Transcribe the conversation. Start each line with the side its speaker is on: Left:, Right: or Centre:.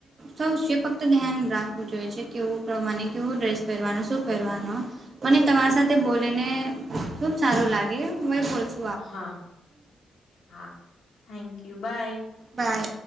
Right: સૌશે ફક્ત ધ્યાન રાખવું જોઈએ છે કેવું પ્રમાણે કેવો ડ્રેસ પહેરવાનો શું પહેરવાનો. મને તમારી સાથે બોલીને ખુબ સારું લાગે હું <unintelligible>
Left: હા હા થેન્ક યુ બાય
Right: બાય